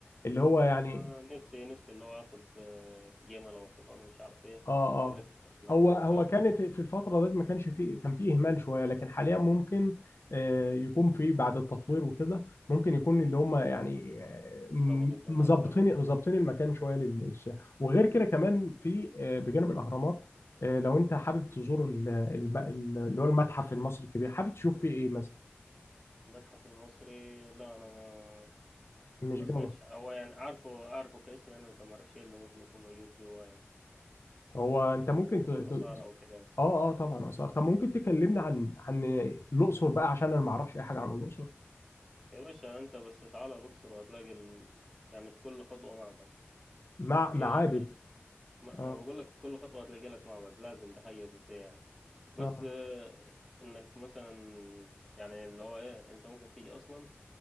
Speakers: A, on the left; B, in the centre.
A: اللي هو
B: أنا
A: يعني
B: نفسي نفسي اللي هو آخد آه، جمل أو حصان ومش عارف إيه
A: اه
B: وألف
A: اه
B: حول الأهرامات
A: هو هو
B: والكلام
A: كانت
B: ده
A: في الفترة دي ما كانش فيه كان فيه إهمال شوية لكن حاليا ممكن آه، يكون فيه بعد التطوير وكده ممكن يكون اللي هم يعني آه، م-
B: ظبط الدنيا
A: مظبطين
B: أكتر
A: مظبطين المكان شوية للسياحة وغير كده كمان في آه، بجانب الأهرامات آه، لو أنت حابب تزور ال- الب- ال- اللي هو المتحف المصري الكبير حابب تشوف فيه إيه مثلا
B: المتحف المصري لا أنا ما
A: مش
B: ما
A: جو
B: سمعتش هو يعني عارفه عارفه كاسم يعني لكن ما أعرفش إيه اللي ممكن يكون موجود جواه يعني
A: هو أنت ممكن ت... ت...
B: آثار أو كده
A: اه اه طبعا آثار طب ممكن تكلمنا عن عن الأقصر بقى عشان أنا ما أعرفش أي حاجة عن الأقصر
B: يا باشا أنت بس تعالى الأقصر وهتلاقي ال... يعني في كل خطوة معبد
A: مع
B: آه،
A: معابد
B: ما
A: اه
B: ما بقول لك في كل خطوة هتلاقي لك معبد لازم ده حاجة أساسية يعني. بس
A: اه
B: آه، انك مثلا يعني اللي هو ايه انت ممكن تيجي اصلا